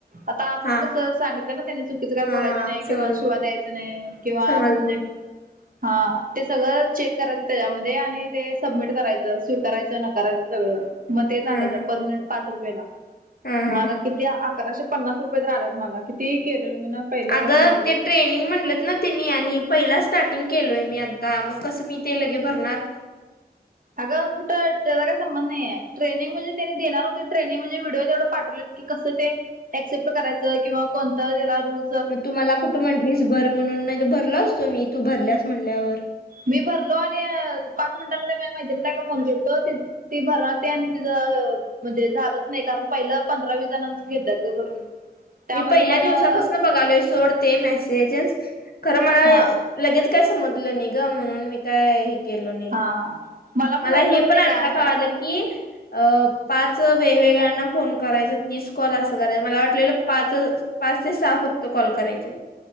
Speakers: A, on the right; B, on the left.
A: आता आपण
B: हा
A: कसं सांगितलं ना त्यांनी चुकीचं काय
B: हा
A: बोलायचं
B: हा
A: नाही,
B: समजलं
A: किंवा शिवा द्यायचं नाही किंवा
B: समजलं
A: असं म्हणजे हा ते सगळं चेक करायचं त्याच्यामध्ये, आणि ते सबमिट करायचं स्वीकारायचं, नाकरायचं सगळं. मग तेच आलं
B: हा
A: ग, पर मिनिट पाच रुपयेला
B: हा
A: म
B: हा.
A: किती अकराशे पन्नास रुपये तर आल्यात मला, किती केलेलं मी ना पहिलं
B: अगं,
A: माझं
B: ते ट्रेनिंग म्हणलंत ना नी आणि पहिला स्टार्टिंग केलोय मी आता, मग कसं मी ते लगे भरणार?
A: अगं कुठं त्याचा काही संबध नाही आहे, ट्रेनिंग म्हणजे त्यांनी देणार होती ट्रेनिंग म्हणजे व्हिडिओ जेवढं पाठवले कि कसं ते, ऍक्सेप्ट करायचं किंवा कोणतं त्याला रूल्
B: मग तू मला कुठं म्हटलीस भर म्हणून, नाही तर भरलो असतो मी तू भरल्यास म्हणल्यावर.
A: मी भरलो आणि अ पाच मिनिटांनंतर म मैत्रिणी एका फोन केलतो ते भरालती आणि तिच अ म्हणजे झालंच नाही, कारण पहिलं पंधरा वीस जणांचं घेत्यात ग भरून. त्यामध्ये
B: मी पहिल्या
A: पण
B: दिवसापासून
A: अ,
B: बघालोय सोडते मेसेजेस, खरं मला
A: हा
B: लगेच काय समजलं नाही ग, म्हणून मी काय केलो नाय,
A: हा पण
B: मला
A: माहित नव्हतं
B: हे पण
A: ते
B: आता
A: काय
B: कळालं
A: हाय.
B: की अ पाच वेगवेगळ्यांना फोन करायचा, तीस कॉल असं करायचं मला वाटलेलं पाच पाच ते सहा फक्त कॉल करायचे.